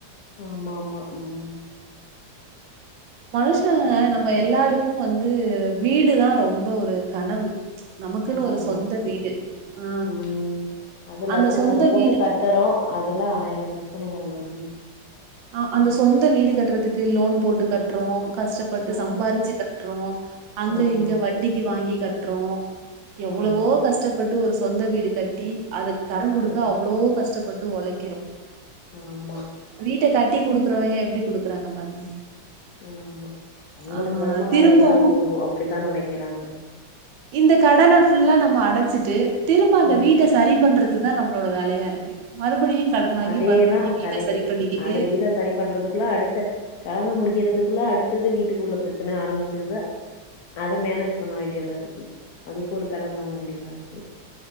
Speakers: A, on the left; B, on the right.
A: ஆமா ஆமா உம்
B: மனுஷன்க
A: இருக்கு
B: நம்ம எல்லாருக் கும் வந்து வீடுதான் ரொம்ப ஒரு கனவு நமக்குன்னு ஒரு
A: ஆமா
B: சொந்த வீடு ஆ
A: உம் அது லட்சங்கல்லா
B: அந்த சொந்த
A: போட்டு
B: வீடு
A: கட்டுறோம் அதுல ஆயிரம் பிரச்சனைகள் வரு து
B: அஹ் அந்த சொந்த வீடு கட்டுறதுக்கு லோன் போட்டு கட்டுறோம் கஷ்டப்பட்டு
A: ம்
B: சம்பாறிச்சு கட்டுறோம் அங்க
A: ஆமா
B: இங்க வட்டிக்கு வாங்கி கற்றோம் எவ்வளவோ
A: ஆமா
B: கஷ்டப்பட்டு ஒரு சொந்த வீடு கட்டி அதற் கடன் கொடுக்க
A: ம்
B: அவ்வளோ கஷ்டப்ப ட்டு உழைக்கிறோம்
A: ஆமா
B: ட்ட கட்டி குடுக்குறவங்க எப்படி குடுக்குறாங்க பாருங்க
A: ஆமா அவங்களுக்கு
B: ஆ
A: வருமானம்
B: திரும்பவு
A: வருதா போதும் அப்படித்தான் நினைக்கிறாங்க
B: இந்த கடன ஃபுல்லா நம்ம அடைச்சிட்டு திரும்ப அந்த
A: ம்
B: வீட்ட சரி பண்றது தா நம்மளோட வேலையா இருக்கு மறுபடியு கடன் வாங்கி
A: அதேதா
B: மறுபடியு வீட்ட
A: கரெக்ட்டு
B: சரி பண்ணிக்கிட்டு
A: அத வீட சரி பண்றதுக்குள்ளா அடுத்த கடன முடிச் க்கிறதுக்குள்ள அடுத்தது வீட்டுக்குள்ள பிரச்சன ஆரம்பிச்சிருது அத மேனேஜ் பண்ண வேண்டியதா இருக்கு அதுக்கு ஒரு கடன் வாங்க வேண்டியதா இருக்கு